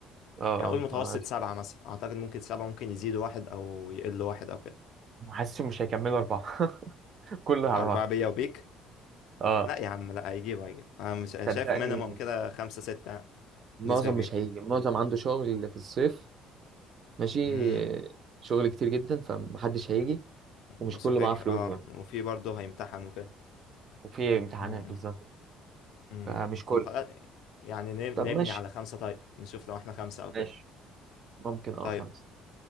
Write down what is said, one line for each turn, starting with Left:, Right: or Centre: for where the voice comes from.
Right: اه
Left: يعني
Right: اه
Left: قول متوسط
Right: آه،
Left: سبعة مثلا أعتقد ممكن سبعة ممكن يزيدوا واحد أو يقلوا واحد أو كده
Right: حاسسهم مش هيكملوا أربعة <laughs> كله على
Left: أربعة
Right: بعض
Left: بيا وبيك
Right: اه
Left: لا يا عم لا هيجيب هيجيب أنا مش أنا
Right: صدقني
Left: شايف مينيمم كده خمسة ستة
Right: معظم
Left: نسبة كبيرة
Right: مش هيجي معظم عنده شغل في الصيف ماشي
Left: امم
Right: شغل كتير جدا فمحدش هيجي ومش
Left: وصحيح
Right: كله معاه فلوس
Left: اه
Right: بقى
Left: وفي برضه هيمتحن وكده
Right: وفي امتحانات
Left: مم.
Right: بالظبط
Left: امم
Right: فمش كله
Left: طب خلاص يعني نب-
Right: طب
Left: نبني
Right: ماشي
Left: على خمسة طيب نشوف لو احنا خمسة او
Right: ماشي
Left: كده
Right: ممكن اه
Left: طيب
Right: خمسة